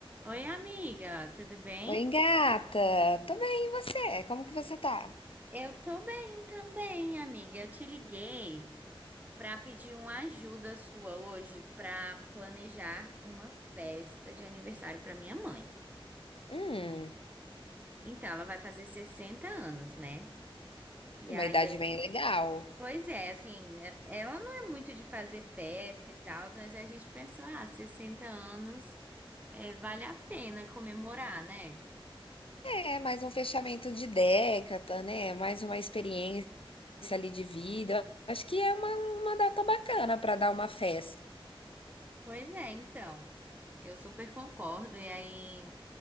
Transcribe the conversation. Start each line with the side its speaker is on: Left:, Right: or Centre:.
Right: Oi, amiga, tudo bem?
Left: Oi, gata. Tô bem, e você? Como que você tá?
Right: Eu tô bem também, amiga. Eu te liguei pra pedir uma ajuda sua hoje pra planejar uma festa de aniversário pra minha mãe.
Left: Hum,
Right: Então, ela vai fazer 60 anos, né? E
Left: é uma
Right: aí,
Left: idade
Right: é-
Left: bem legal.
Right: pois é, assim, é- ela não é muito de fazer festa e tal, mas a gente pensou, ah, 60 anos, é, vale a pena comemorar, né?
Left: É, mais um fechamento de década, né? Mais uma experiência ali de vida. Eu Acho que é uma, uma data bacana pra dar uma festa.
Right: Pois é, então. Eu super concordo. E aí.